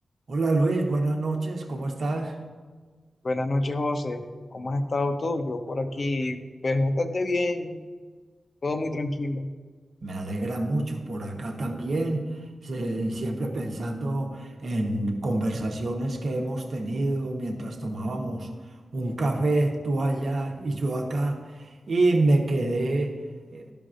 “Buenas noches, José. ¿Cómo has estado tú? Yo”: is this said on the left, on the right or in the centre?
Left